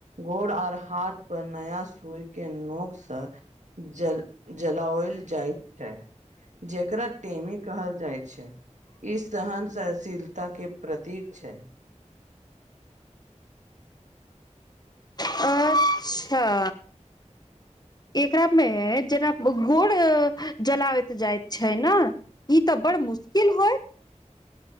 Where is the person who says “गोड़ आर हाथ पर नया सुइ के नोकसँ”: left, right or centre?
Right